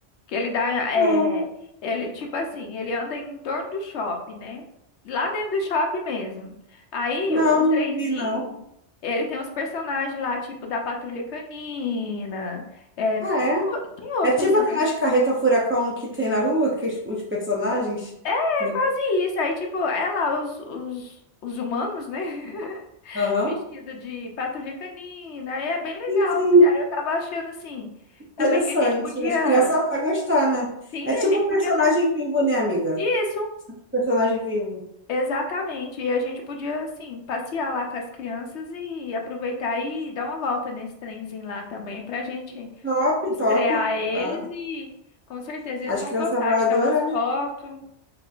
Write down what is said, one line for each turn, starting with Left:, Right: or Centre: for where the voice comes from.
Left: Que ele dá, é,
Right: Não.
Left: ele, tipo assim, ele anda em torno do shopping, né? Lá dentro do shopping mesmo. Aí
Right: Não,
Left: o
Right: não
Left: trenzinho,
Right: vi, não.
Left: ele tem uns personagens lá, tipo da Patrulha Canina. é,
Right: Ah,
Left: tem,
Right: é?
Left: o- tem outro
Right: É tipo
Left: personagem.
Right: aquelas carreta furacão que tem na rua, que os, os personagens.
Left: É
Right: no-
Left: quase isso. Aí, tipo, é lá os, os, os humanos, né? <laughs>
Right: Aham.
Left: Vestido de Patrulha Canina. Aí é bem legal.
Right: Sim, sim,
Left: Aí eu tava achando assim,
Right: interessante.
Left: também que a gente podia.
Right: As crianças vão gostar, né?
Left: Sim,
Right: É tipo
Left: a gente
Right: personagem
Left: podia dar.
Right: vivo, né, amiga?
Left: Isso!
Right: Personagem vivo.
Left: Exatamente, e a gente podia, assim, passear lá com as crianças e aproveitar e dar uma volta nesse trenzinho lá também, pra gente
Right: Top,
Left: estrear
Right: top.
Left: eles
Right: Ah,
Left: e com certeza eles
Right: as
Left: vão
Right: crianças
Left: gostar,
Right: vão adorar.
Left: tirar umas fotos,